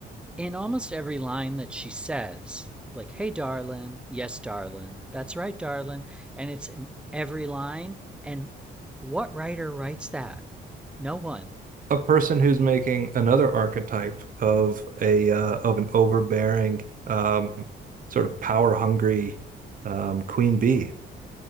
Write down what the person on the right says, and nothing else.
a person who's making another archetype of a uh, of an overbearing, um, sort of power hungry um, queen bee.